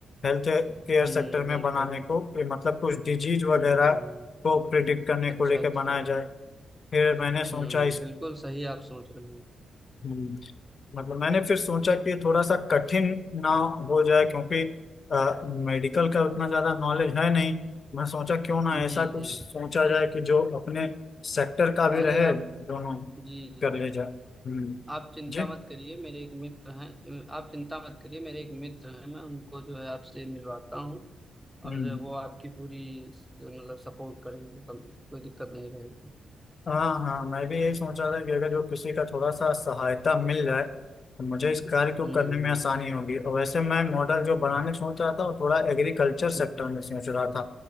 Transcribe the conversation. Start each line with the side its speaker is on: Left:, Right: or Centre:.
Left: हेल्थ केयर
Centre: हम्म
Left: सेक्टर में
Centre: बिल्कुल
Left: बनाने को कि मतलब कुछ डिजीज वगैरह
Centre: हम्म हम्म
Left: को प्रिडिक्ट करने
Centre: अच्छा
Left: को लेकर
Centre: अच्छा
Left: बनाया जाए फिर मैंने सोचा
Centre: हम्म
Left: इस
Centre: बिल्कुल सही आप सोच रहे हैं
Left: ये मतलब मैंने फिर सोचा कि थोड़ा सा कठिन ना हो जाए क्योंकि मेडिकल का उतना ज्यादा नॉलेज है नहीं मैं सोचा क्यों ना
Centre: जी
Left: ऐसा कुछ
Centre: जी
Left: सोचा जाए कि जो अपने सेक्टर का भी
Centre: अरे
Left: रहे
Centre: आप
Left: दोनों
Centre: जी
Left: कर
Centre: जी
Left: ले जाए हम्म
Centre: आप चिंता
Left: जी
Centre: मत करिए मेरे एक मित्र हैं आप चिंता मत करिए मेरे एक मित्र हैं मैं उनको जो है आपसे मिलवाता हूँ
Left: हम्म
Centre: और वो आपकी पूरी मतलब सपोर्ट करेंगे कोई कोई दिक्कत नहीं रहेगी
Left: हाँ हाँ मैं भी यही सोचा था कि अगर जो किसी का थोड़ा सा सहायता मिल जाए तो मुझे इस कार्य को
Centre: हम्म,
Left: करने में आसानी होगी और वैसे मैं मॉडल जो बनाने सोच रहा था वो थोड़ा एग्रीकल्चर सेक्टर
Centre: हम्म,
Left: में सोच रहा था